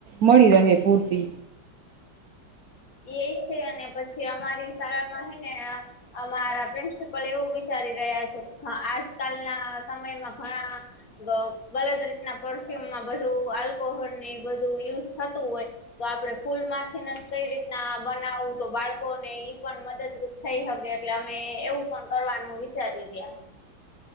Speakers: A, on the right (about 60°); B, on the left (about 50°).
A: મળી રહે પૂરતી
B: એ છે અને પછી અમારી શાળામાં છે હેને અમારા પ્રિન્સિપલ એવું વિચારી રહ્યા છે કે આજકાલના સમયમાં ઘણા ગ ગલદ રીતના પરફ્યુમમાં બધું આલ્કોહોલ ની બધું યુઝ થતું હોય તો આપડણે ફૂલ માંથીને કઈ રીત ના બનાવું તો બાળકોને ઈ પણ મદદરૂપ થઈ હકે એટલે અમે એવું પણ કરવાનું વીચારી રહ્યા